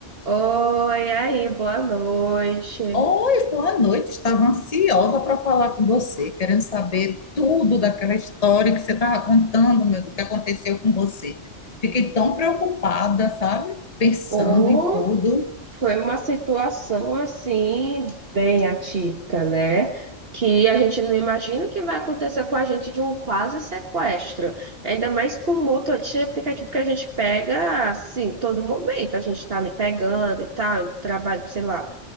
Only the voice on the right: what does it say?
Oi, aí, boa noite.
Ou
foi uma situação assim, bem atípica, né? Que a gente não imagina que vai acontecer com a gente de um quase sequestro. Ainda mais com o mototaxi aplicativo que a gente pega assim, todo momento. A gente tá ali pegando e tal, indo pro trabalho, sei lá.